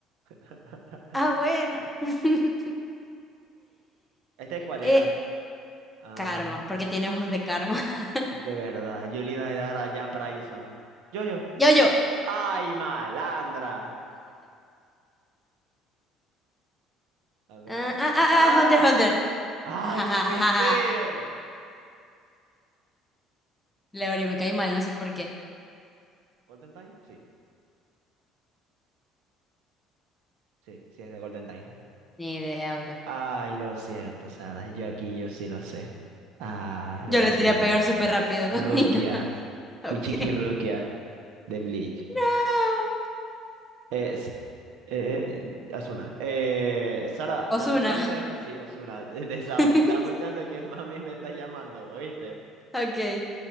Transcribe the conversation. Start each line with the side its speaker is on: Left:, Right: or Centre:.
Right: <laughs>
Centre: Ah, bueno. <laughs>
Right: ¿Este cuál
Centre: Eh,
Right: era? Ah,
Centre: karma, porque tiene ojos de karma. <laughs>
Right: qué verdad. Yo le iba a dar a Jack Bryson. Yo, yo.
Centre: Yo, yo.
Right: ¡Ay, malandra! A ver.
Centre: Ah, ah,
Right: ¡Ah!
Centre: ah,
Right: ah.
Centre: ah, Hunter, Hunter.
Right: ¡Ay,
Centre: <laughs>
Right: no puede ser!
Centre: Leorio, me caí mal, no sé por qué.
Right: ¿Golden Time? Sí, sí, sí es de Golden Time.
Centre: Ni idea, oiga.
Right: Ay, lo siento, Sara. Yo aquí, yo sí lo sé. Ah,
Centre: Yo
Right: lo
Centre: le
Right: siento.
Centre: tiré a pegar súper rápido
Right: Rukia.
Centre: <laughs> y nada. Ok.
Right: Kuchiki Rukia de Bleach.
Centre: No.
Right: Es, eh, Osuna. Eh, Sara, dame
Centre: Ozuna.
Right: un chance. Sí, Osuna, <laughs> de Sao.
Centre: <laughs>
Right: Dame un chance que mami me está llamando, ¿oíste?
Centre: Ok.